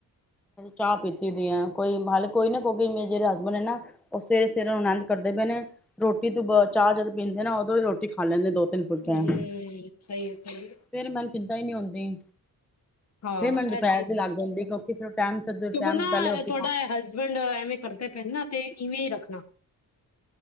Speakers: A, in the centre; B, on the left.
A: ਚਾਹ ਪੀਤੀ ਦੀ ਆ ਕੋਈ ਹਲੇ ਕੋਈ ਨਾ ਕੋਈ ਮ ਜਿਹੜੇ ਹਸਬੈਂਡ ਨਾ, ਉਹ ਸਵੇਰੇ ਸਵੇਰੇ ਨੂੰ ਲੰਚ ਕਰਦੇ ਪਏ ਨੇ ਰੋਟੀ ਤੋਂ ਚਾਹ ਜਦੋਂ ਪੀਂਦੇ ਨਾ ਉਦੋਂ ਰੋਟੀ ਖਾ ਲੈਂਦੇ ਦੋ ਤਿੰਨ, ਫੁਲਕਿਆਂ
B: ਹੂੰ, ਸਹੀ ਹੈ ਸਹੀ,
A: ਫੇਰ ਮੈਨੂੰ ਚਿੰਤਾ ਹੀ ਨੀ ਆਉਂਦੀ,
B: ਹਾਂ
A: ਫੇਰ ਮੈਨੂੰ ਦੁਪਹਿਰ
B: ਇਹ ਠੀਕ
A: ਤੇ ਲੱਗ
B: ਹੈ
A: ਜਾਂਦੀ ਕਿਉਂ ਟਾਇਮ ਸਰ
B: ਸਗੋਂ
A: ਟਾਇਮ
B: ਨਾ
A: ਪਹਿਲੇੇ ਰੋਟੀ
B: ਤੁਹਾਡਾ
A: ਪਾ,
B: ਹਸਬੈਂਡ ਐਮ ਏ ਕਰਦਾ ਪਹਿਲਾ ਤੇ ਵੇ ਹੀ ਰੱਖਣਾ,